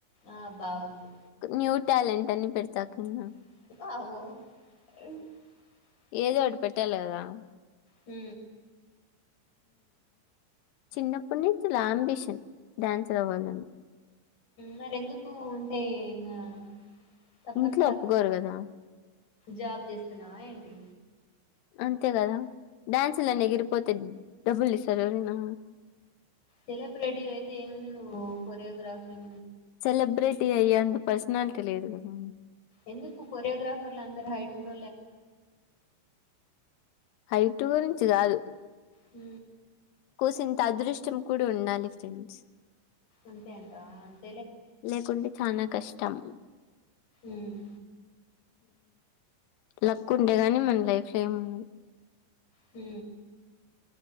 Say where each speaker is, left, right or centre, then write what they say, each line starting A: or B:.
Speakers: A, on the left; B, on the left.
A: ఆ బాగుంది
B: న్యూ ట్యాలెంట్ అని పెడతా కన్నా
A: అ
B: ఏదో ఒకటి పెట్టాలి కదా
A: హ
B: చిన్నప్పుటిని చాలా అంబిషన్ డ్యాన్స్ర్ అవ్వాలని
A: మరి ఎందుకు ఉంటాయి ఇకా తప్ప
B: ఇంట్లో
A: ప
B: ఒప్పుకోరు గదా!
A: జాబ జస్తునా ఏంటి
B: అంతే కదా డ్యాన్సులనే ఎగిరిపోతే డబ్బులు ఇస్తారు ఎవరనా
A: సెలబ్రిటీ అయితే ఏముంది నువ్వు కొరియోగ్రాఫీ
B: సెలబ్ర్రిట్ అయ్యి అందు పర్సనాలిటీ లేదు కదా
A: ఎందుకు కొర్యోగ్రాఫర్ల అందరయిటిన్న
B: హైట్ గురించి కాదు
A: హ
B: కోసంత అదృష్టం కూడా ఉండాలి ఫ్రెండ్స్
A: అంతే అంటా అంత
B: లేకుంటే చాలనా కష్టం
A: ఉమ్
B: లక్ ఉంటే గాని మన లైఫ్ లో ఏం ఉండదు
A: హ